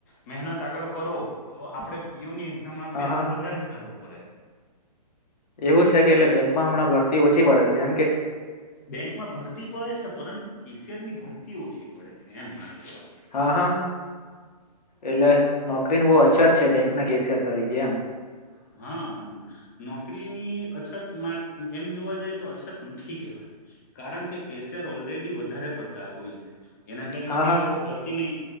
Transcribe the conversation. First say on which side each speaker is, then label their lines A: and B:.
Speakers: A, on the left (about 25°); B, on the left (about 75°).
A: મહેનત આગળ કરો. તો આપડે પીઓ ની એક્ઝામ આપીએ
B: હા હા
A: તો વધારે સારું પડે.
B: એવું છે કે એટલે બેંકમાં હમણાં ભરતી ઓછી પડે છે એમ કે
A: બેંકમાં ભરતી પડે છે પરંતુ ક કેશિયરની ની ભરતી ઓછી પડે છે એમ મારે કેવાનું
B: હા હા એટલે નોકરીને બહ અછત છે બેંક ના કેશિયર તરીકે એમ.
A: હાં. હા નોકરીની અછત એમ જોવા જાય તો અછત નથી કહેવાતી. કારણ કે કેસિયર‌ ઓલરેડી વધારે પડતા હોય છે. એના કારમથી
B: હા હા
A: એ લોકો ભરતી નહી.